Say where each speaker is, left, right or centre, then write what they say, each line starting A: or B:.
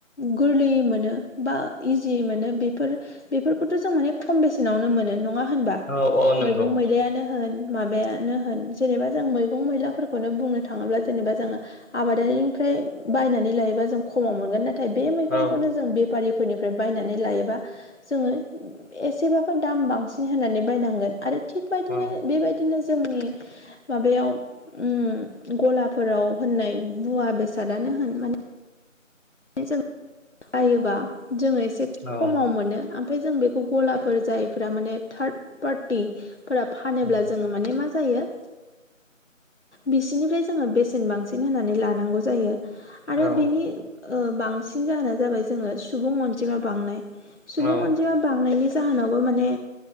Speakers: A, on the left; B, on the left.
A: गोरलैयै मोनो बा इजियै मोनो बेफोर बेफोरखौथ' जों माने खम बेसेनावनो मोनो नङा होनबा
B: औ औ नंगौ
A: मैगं मैलायानो होन। माबायानो होन जेनेबा जों मैगं मैलाफोरखौनो बुंनो थाङोब्ला जेनेबा जोङो आबादारिनिफ्राय बायनानै लायोबा जों खमाव मोनगोन नाथाय बे मैगंखौनो
B: औ
A: जों बेपारि फोरनिफ्राय बायनानै लायोबा जोङो एसेबाबो दाम बांसि होनानै बायनांगोन आरो थिग बादिनो
B: औ
A: बेबायदिनो जोंनि माबायाव उम गलाफोराव होननाय मुवा बेसादानो होन माने जों बायोबा जोङो एसे
B: औ
A: खमाव मोनो। ओमफ्राय जों बेखौ गलाफोर जायफोरा माने थार्द पार्टिफोरा फानोब्ला
B: उम
A: जोङो माने मा जायो बिसिनिफ्राय जोङो बेसेन बांसिन होनानै लानांगौ जायो। आरो
B: औ
A: बेनि ओ बांसिन जाहोना जाबाय जोङो सुबुं अनजिमा बांनाय। सुबुं
B: औ
A: अनजिमा बांनायनि जाहोनावबो माने